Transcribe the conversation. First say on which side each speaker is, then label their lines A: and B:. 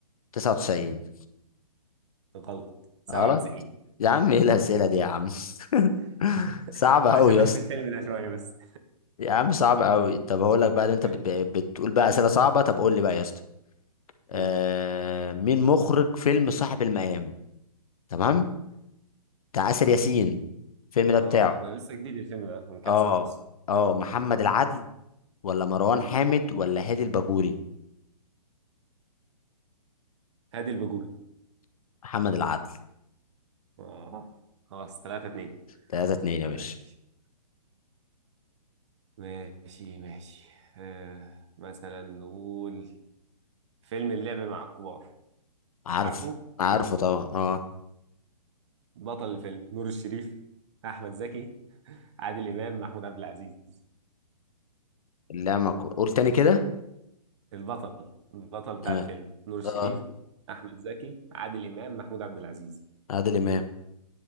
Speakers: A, on the left; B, on the right.
A: 99
B: غلط 97
A: غلط يا عم ايه الأسئلة
B: ايوه
A: دي يا عم
B: <laughs>
A: <laughs> صعبة
B: عشان
A: أوي يا
B: بحب
A: اسطى
B: الفيلم ده شوية بس
A: يا عم صعب قوي طب هقول لك بقى اللي انت
B: <laughs> ماشي
A: بت- بتقول بقى اسئله صعبه طب قول لي بقى يا اسطى آه
B: قول
A: مين مخرج فيلم صاحب المقام تمام بتاع آسر ياسين الفيلم ده
B: اه
A: بتاعه
B: ده لسه جديد الفيلم ده من كام
A: اه
B: سنة بس
A: اه محمد
B: مم.
A: العدل ولا مروان
B: مم.
A: حامد ولا هادي الباجوري
B: هادي الباجوري
A: محمد العدل
B: اه خلاص 3 2
A: ثلاثة اتنين يا باشا
B: ماشي ماشي ماشي آه مثلا نقول فيلم اللعب مع الكبار
A: عارف
B: عارفه
A: عارفه طبعا اه
B: بطل الفيلم نور الشريف احمد زكي عادل امام محمود عبد العزيز
A: لا ما ك- قول تاني كده
B: البطل البطل بتاع
A: تمام
B: الفيلم نور الشريف
A: اه
B: احمد زكي عادل امام محمود عبد العزيز
A: عادل امام